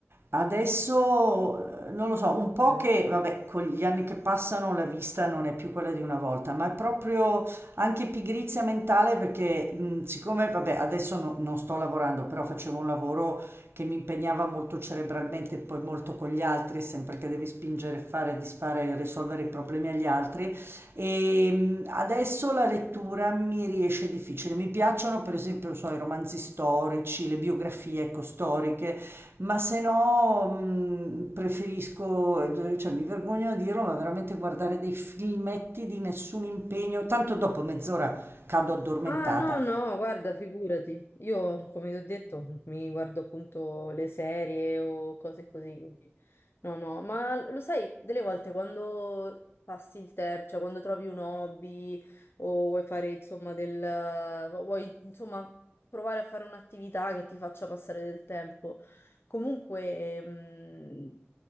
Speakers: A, on the right; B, on the left.
A: Adesso eh, non lo so, un
B: Ok.
A: po' che, vabbè, con gli anni che passano la vista non è più quella di una volta, ma è proprio anche pigrizia mentale perché mh, siccome, vabbè, adesso no- non sto lavorando, però facevo un lavoro che mi impegnava molto cerebralmente e poi molto con gli altri, sempre che devi spingere, fare, disfare, risolvere i problemi agli altri. E mh, adesso la lettura mi riesce difficile. Mi piacciono, per esempio, non so, i romanzi storici, le biografie, ecco, storiche, ma se no mh, preferisco, eh, cioè mi vergogno a dirlo, ma veramente guardare dei filmetti di nessun impegno, tanto dopo mezz'ora cado addormentata.
B: Ah, no, no, guarda, figurati. Io, come ti ho detto, mi guardo appunto le serie o cose così, quindi no, no, ma lo sai, delle volte quando passi il tempo, cioè quando trovi un hobby o vuoi fare, insomma, del... vuoi, insomma, provare a fare un'attività che ti faccia passare del tempo, comunque, mh,